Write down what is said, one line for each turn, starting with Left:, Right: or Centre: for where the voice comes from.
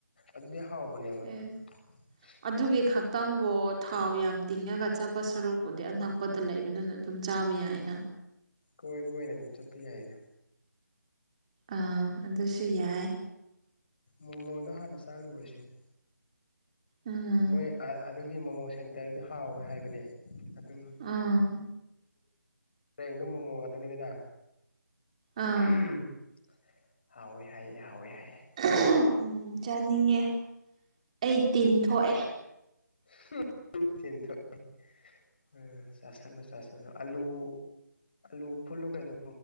Left: ꯑꯗꯨꯗꯤ ꯍꯥꯎꯕꯅꯦꯕ꯫
Right: ꯑꯦ
Left: <unintelligible>
Right: ꯑꯗꯨꯒꯤ ꯈꯛꯇꯪꯕꯨ ꯊꯥꯎ ꯌꯥꯝ ꯇꯤꯡꯉꯒ ꯆꯠꯄ ꯁꯔꯨꯛꯄꯨꯗꯤ ꯑꯅꯛꯄꯗ ꯂꯩꯕꯗꯨꯅ ꯗꯨꯝ ꯆꯥꯕ ꯌꯥꯏꯅ꯫
Left: ꯀꯣꯏꯕ ꯑꯣꯏꯅ ꯗꯨꯝ ꯆꯠꯄ ꯌꯥꯏꯗ꯫
Right: ꯑꯥ ꯑꯗꯨꯁꯨ ꯌꯥꯏ꯫
Left: ꯃꯃꯣꯗꯣ ꯍꯥꯅ ꯆꯥꯔꯨꯔꯁꯦꯅꯦ
Right: ꯎꯝ
Left: ꯃꯣꯏ ꯑꯥ ꯑꯣꯜꯥꯗ ꯑꯗꯨꯗꯤ ꯃꯣꯃꯣ ꯁꯦꯟꯇꯔꯗꯤ ꯍꯥꯎꯋꯦ ꯍꯥꯏꯕꯅꯦ ꯑꯗꯨꯝ
Right: ꯑꯥ꯫
Left: ꯍꯔꯦꯡꯗꯣ ꯃꯣꯃꯣ ꯉꯇꯅꯦꯗꯅ
Right: ꯑꯥ
Left: <unintelligible> ꯍꯥꯎꯋꯦ ꯍꯥꯏꯌꯦ ꯍꯥꯎꯋꯦ ꯍꯥꯏꯑꯦ꯫
Right: ꯑꯍꯝ ꯆꯥꯅꯤꯡꯉꯦ ꯑꯩ ꯇꯤꯟ ꯊꯣꯛꯑꯦ꯫
Left: <unintelligible> ꯎꯝ <unintelligible> ꯑꯂꯨ ꯑꯜꯂꯨ ꯐꯨꯜꯂꯨ ꯀꯩꯅꯣ